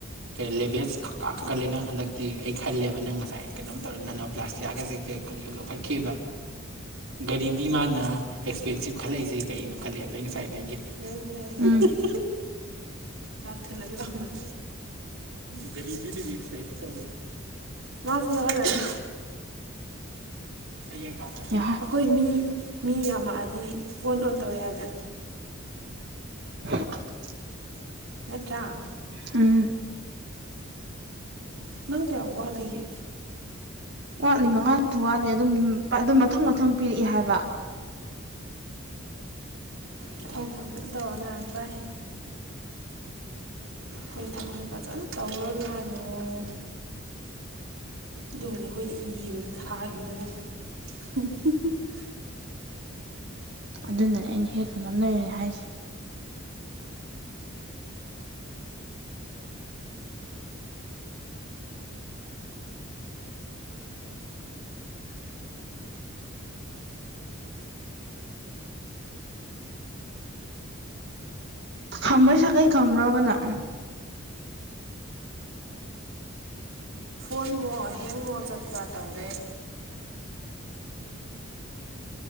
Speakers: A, on the right; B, on the right.
A: ꯀꯩ ꯂꯦꯚꯦꯜꯁꯦ ꯈꯪꯀꯥ ꯀꯥꯈꯠꯂꯦ ꯅꯪ ꯍꯟꯗꯛꯇꯤ ꯑꯩ ꯈꯜꯂꯦꯕ ꯅꯪ ꯉꯁꯥꯏ ꯀꯩꯅꯣꯝ ꯇꯧꯔꯦ ꯅꯅꯣ ꯄ꯭ꯂꯥꯁꯇꯤꯌꯥꯒꯁꯦ ꯂꯧꯈꯠꯈꯤꯕ ꯒꯥꯔꯤꯕꯤ ꯃꯥꯅ ꯑꯦꯛꯁꯄꯦꯟꯁꯤꯞ ꯈꯜꯂꯛꯏꯁꯦ ꯀꯩꯅꯣ ꯈꯜꯂꯛꯑꯦꯕ ꯑꯩ ꯉꯁꯥꯏꯗꯒꯤ <unintelligible>
B: ꯎꯝ
A: ꯂꯥꯎ ꯊꯤꯜꯂꯒꯦ ꯂꯥꯎ ꯅꯪ ꯒꯔꯤꯕꯤꯗꯥꯒꯤ ꯑꯦꯛꯁꯄꯦꯟꯁ ꯃꯥꯁꯤ ꯌꯥꯎꯍꯜꯂꯅꯨ ꯑꯩꯈꯣꯏ
B: ꯌꯥꯍꯥ
A: ꯃꯤ ꯃꯤ ꯌꯥꯝꯃꯛꯑꯗꯤ ꯑꯣꯟ ꯑꯣꯟ ꯇꯧꯋꯦ ꯍꯥꯏꯅꯦ
B: <unintelligible>
A: ꯅꯠꯇ꯭ꯔ
B: ꯎꯝ
A: ꯅꯪ ꯀꯌꯥꯝ ꯋꯥꯠꯂꯤꯒꯦ
B: ꯋꯥꯠꯂꯤ ꯃꯉꯥꯁꯨ ꯋꯥꯠꯂꯤ ꯑꯗꯨꯝ ꯑꯗꯨꯝ ꯃꯊꯪ ꯃꯊꯪ ꯄꯤꯔꯛꯏ ꯍꯥꯏꯕ
A: ꯊꯕꯛꯄꯨ ꯐꯖꯅ ꯇꯧꯔ <unintelligible>
B: <unintelligible>
A: ꯈꯣꯏꯁꯨ ꯊꯕꯛꯁꯨ ꯐꯖꯅ ꯇꯧꯔꯅꯨ ꯍꯥꯏꯕꯒꯤ ꯃꯑꯣꯡꯅꯦ ꯑꯗꯨꯕꯨꯗꯤ ꯑꯩꯈꯣꯏꯗ ꯏꯒꯤꯕꯗꯣ ꯊꯥꯈꯤꯕꯗꯣ <unintelligible>
B: ꯑꯗꯨꯅꯅꯦ ꯑꯩꯅ ꯍꯦꯠ ꯐꯣꯟ ꯑꯃ ꯂꯩꯔꯅꯦ ꯍꯥꯏꯁꯦ ꯈꯝꯕꯩ ꯁꯥꯒꯩ ꯈꯪꯕꯔꯕ ꯅꯪ
A: ꯀꯣꯟꯃꯣ ꯍꯦꯡꯃꯣ ꯆꯠꯄ ꯇꯧꯔꯦ